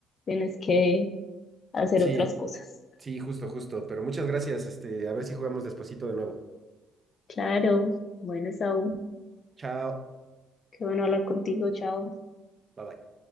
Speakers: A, on the left; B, on the right.
A: tienes que hacer
B: sí,
A: otras cosas.
B: sí, justo, justo, pero muchas gracias, este, a ver si jugamos despuesito de nuevo.
A: Claro, bueno, Saúl.
B: Chao,
A: Qué bueno hablar contigo, chao.
B: bye bye.